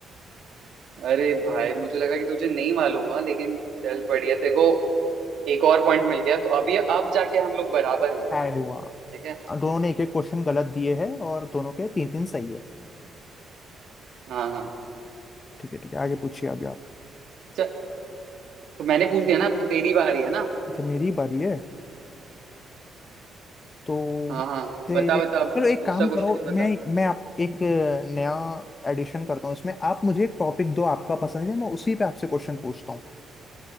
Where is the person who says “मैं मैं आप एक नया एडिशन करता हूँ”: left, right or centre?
Left